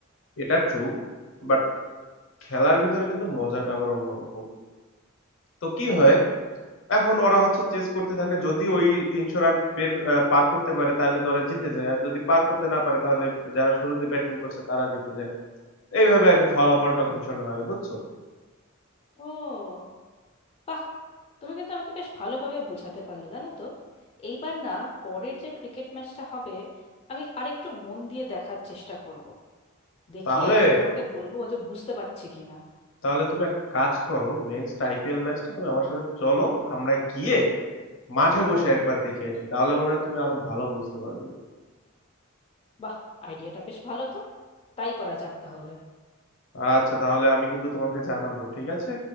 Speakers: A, on the left; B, on the left.
A: এটা ট্রু বাট খেলার ভিতরে কিন্তু মজাটা আবার অন্যরকম তো কি হয় এখন ওরা হচ্ছে চেস করতে থাকে যদি ওই তিনশো রান পের আহ, পার করতে পারে তাহলে তো ওরা জিতে যায় আর যদি পার করতে না পারে তাহলে যারা শুরুতে ব্যাটিং করছে তারা জিতে যায় এইভাবে আর কি ফলাফলটা ঘোষণা হয় বুঝছো
B: ও বাহ তুমি কিন্তু আমাকে বেশ ভালোভাবে বোঝাতে পারলে জানো তো এইবার না পরের যে ক্রিকেট ম্যাচটা হবে আমি আরেকটু মন দিয়ে দেখার চেষ্টা করব দেখে
A: তাহলে
B: আমি তোমাকে বলবো যে বুঝতে পারছি কিনা
A: তাহলে তুমি এক কাজ করো নেক্সট আইপিএল ম্যাচটা তুমি আমার সাথে চলো আমরা গিয়ে মাঠে বসে একবার দেখে আসি তাহলে মনে হয় তুমি আরো ভালো বুঝতে পারবে
B: বাহ আইডিয়াটা বেশ ভালো তো তাই করা যাক তাহলে
A: আচ্ছা তাহলে আমি কিন্তু তোমাকে জানাবো ঠিক আছে